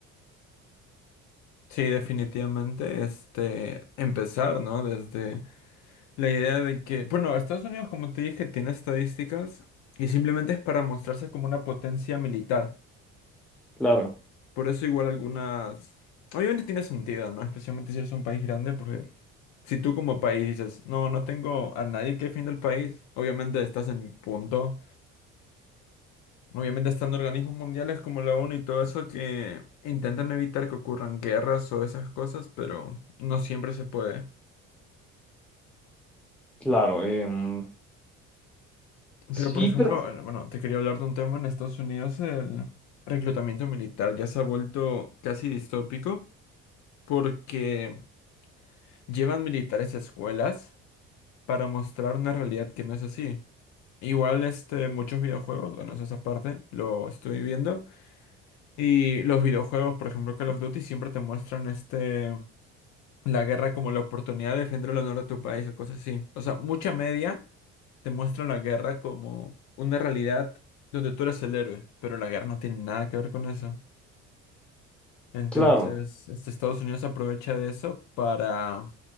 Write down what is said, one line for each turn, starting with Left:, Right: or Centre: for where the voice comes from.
Left: Sí, definitivamente, este, empezar, ¿no? Desde La idea de que, bueno, Estados Unidos, como te dije, tiene estadísticas y simplemente es para mostrarse como una potencia militar.
Centre: Claro,
Left: Por eso igual algunas... Obviamente tiene sentido, ¿no? Especialmente si eres un país grande, porque si tú como país dices, no, no tengo a nadie que defienda el país, obviamente estás en punto. Obviamente están organismos mundiales como la ONU y todo eso que intentan evitar que ocurran guerras o esas cosas, pero no siempre se puede.
Centre: claro, em, sí,
Left: Pero, por ejemplo,
Centre: pero
Left: eh, bueno, te quería hablar de un tema en Estados Unidos, el reclutamiento militar ya se ha vuelto casi distópico porque llevan militares a escuelas para mostrar una realidad que no es así. Igual, este, muchos videojuegos, bueno, eso es aparte, lo estoy viendo. Y los videojuegos, por ejemplo, Call of Duty, siempre te muestran este, la guerra como la oportunidad de defender el honor de tu país o cosas así. O sea, mucha media. te muestra la guerra como una realidad donde tú eres el héroe, pero la guerra no tiene nada que ver con eso. Entonces,
Centre: claro.
Left: este, Estados Unidos aprovecha de eso para